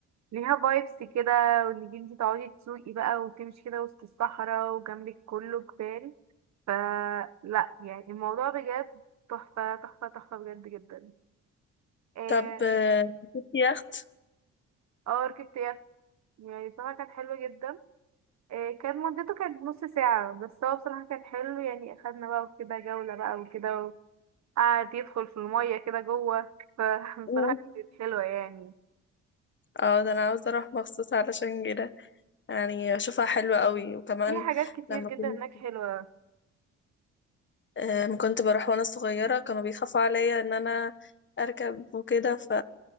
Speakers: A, on the right; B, on the left.
A: ليها فايبس كده وانك انتي تقعدي تسوقي بقى وتمشي كده وسط الصحراء وجنبك كله جبال فلا يعني الموضوع بجد تحفة تحفة تحفة بجد جدا اه
B: طب آه، كنت يخت
A: آه، ركبت يخت يعني بصراحة كان حلو جدا آه، كان مدته كانت نص ساعة بس هو بصراحة كان حلو يعني أخدنا بقى وكده جولة بقى وكده وقعد يدخل في المية كده جوه فبصراحة
B: مم.
A: <laughs> كانت حلوة يعني
B: اه ده انا عاوزة اروح مخصوص علشان كده يعني اشوفها حلوة قوي وكمان
A: في حاجات كتير
B: لما
A: جدا
B: كنت
A: هناك حلوة
B: أم، كنت بروح وانا صغيرة كانوا بيخافوا عليا ان انا اركب وكده ف